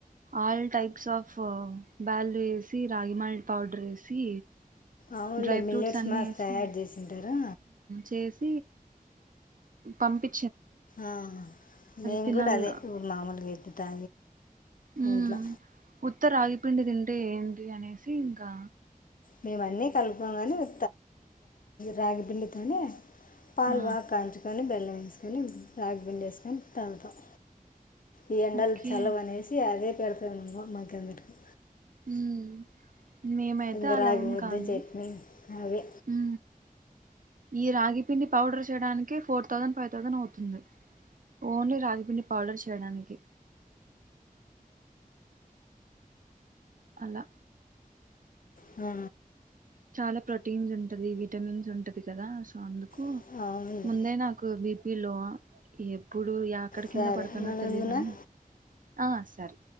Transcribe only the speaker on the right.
ఆల్ టైప్ స్ ఆఫ్ బ్యాల్ వేసి రాగిమల్ పౌడ వేసి
డ్రై
ఫ్రూట్స్ అన్ని
వేసి
చేసి పంపి
తినల్లా
ఉమ్
ఉత్త రాగిపిండి తింటే ఏంటి అనేసి ఇంకా
ఆ
ఓకే
ఉమ్ మేమైతే
అలా
ఏం
కాను
హు ఈ రాగిపిండి పౌడర్ చేయడానికి ఫోర్ థౌసండ్ ఫైవ్ థౌసండ్ అవుతుంది ఓన్లీ రాగిపిండి పౌడర్ చేయడానికి అలా
చాలా ప్రోటీన్స్ ఉంటది విటమిన్స్ ఉంటది కదా సో అందుకు
కు ముందే నాకు బిప్ పిలో ఎప్పుడు ఎక్కడ
కింద పడతానో
తెలియదని ఆ సార్